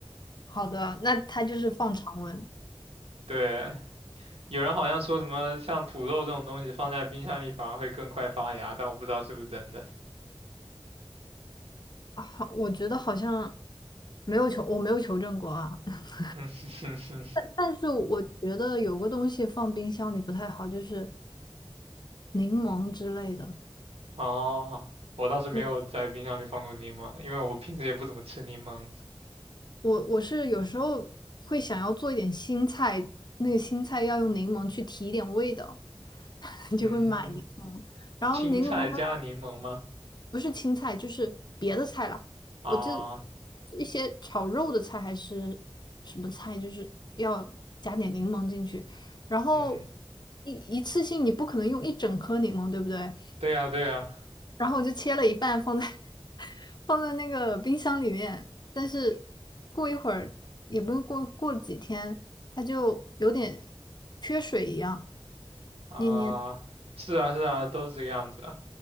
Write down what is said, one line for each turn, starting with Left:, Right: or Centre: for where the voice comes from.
Left: 好的，那它就是放常温。
Right: 对，有人好像说什么像土豆这种东西放在冰箱里反而会更快发芽，但我不知道是不是真的。
Left: 啊好，我觉得好像没有求，我没有求证过啊。<laughs>
Right: 嗯哼哼，
Left: 但但是我觉得有个东西放冰箱里不太好，就是柠檬之类的。
Right: <laughs> 哦，我倒是没有在冰箱里放过柠檬，
Left: 对，
Right: 因为我平时也不怎么吃柠檬。
Left: 我我是有时候会想要做一点新菜，那个新菜要用柠檬去提一点味道，<laughs>
Right: 嗯，
Left: 就会买柠檬。然后柠檬呢？
Right: 青菜加柠檬吗？
Left: 不是青菜就是别的菜了。
Right: 啊，
Left: 我就一些炒肉的菜还是什么菜，就是要加点柠檬进去。然后
Right: 嗯，
Left: 一一次性你不可能用一整颗柠檬，对不对？
Right: 对呀对呀，
Left: 然后我就切了一半放在 <laughs> 放在那个冰箱里面，但是过一会儿也不用过过几天，它就有点缺水一样，
Right: 啊，
Left: 黏黏。
Right: 是啊是啊，都是这个样子啊，